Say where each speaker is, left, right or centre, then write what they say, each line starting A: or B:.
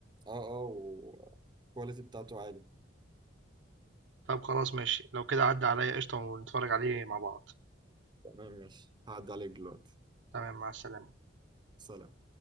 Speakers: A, on the right; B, on the right.
A: اه اه والكواليتي بتاعته عالي
B: طب خلاص ماشي، لو كده عدّي عليَّ قشطة ونتفرج عليه مع بعض،
A: تمام ماشي هعدي عليك دلوقتي
B: تمام مع السلامة.
A: سلام